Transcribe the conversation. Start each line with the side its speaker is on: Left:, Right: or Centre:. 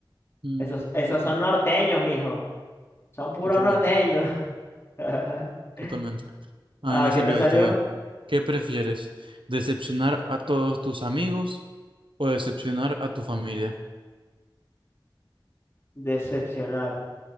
Right: mm,
Left: Esos, esos
Right: mm,
Left: son
Right: mm.
Left: norteños, mijo. Son puros
Right: Totalmente,
Left: norteños. <laughs>
Right: totalmente. A
Left: Ah,
Right: mí me
Left: ¿qué
Right: salió
Left: te salió?
Right: este. ¿Qué prefieres? ¿Decepcionar a todos tus amigos? o decepcionar a tu familia.
Left: Decepcionar